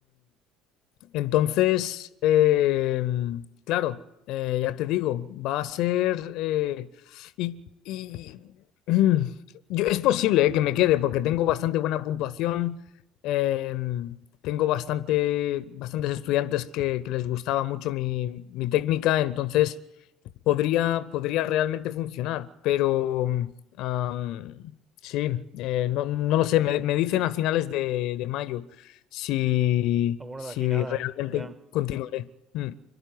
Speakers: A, on the left; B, on the right.
A: Entonces, eh, claro, eh, ya te digo, va a ser... eh, y y, <clears throat> mm, yo, es posible eh, que me quede porque tengo bastante buena puntuación, eh, tengo bastante, bastantes estudiantes que, que les gustaba mucho mi, mi técnica, entonces podría, podría realmente funcionar, pero am, sí, eh, no, no lo sé, me, me dicen a finales de de mayo si,
B: A bueno,
A: si
B: de aquí nada,
A: realmente
B: ya.
A: continuaré. Mm,